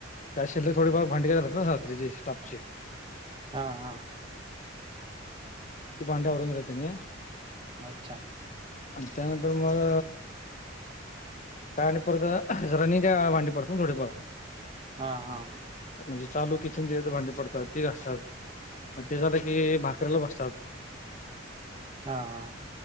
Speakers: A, on the left; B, on the right.
A: काही शिल्लक थोडीफार भांडी राहात रात्रीची स्टाफची.
B: हां हां.
A: ती भांडे आवरून घेता त्यानी.
B: अच्छा.
A: आणि त्यानंतर मग काय आणि परत रनिंगच्या भांडी पडत ना थोडीफार-
B: हा हा.
A: म्हणजे चालू किचन जे भांडी पडतात ती घासतात. मग ते झालं की भाकरीेला बसतात.
B: हा हा.